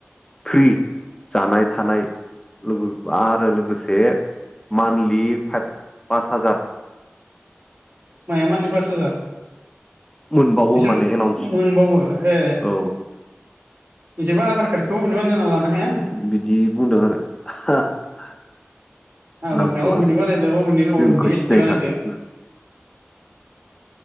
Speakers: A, on the left; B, on the right.
A: फ्रि जानाय थानाय। लोगो आरो लोगोसे मान्थलि फाइभ पास हाजार
B: माया मानलि पास हाजार?
A: मोनबावो
B: बिसोर
A: माने एलाउन्स
B: मोनबावो ए
A: औ।
B: बिदिबा आधार कार्डखौ नोङो नोंहा होना लाना हाया?
A: बिदि बुंदों आरो <unintelligible>
B: आधार
A: नांथ'ला
B: कार्ड अबेनि
A: दे
B: बानायदो अबेनि अबेनि
A: जोंखौ
B: एस
A: सिनायखागोन
B: टि बानायदो
A: ना।